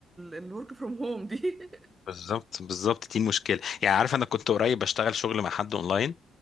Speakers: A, on the right (about 20°); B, on the left (about 55°).
A: الورك فروم هوم دي <laughs>
B: بالظبط بالظبط دي المشكله يعني عارف انا كنت قريب بشتغل شغل مع حد اونلاين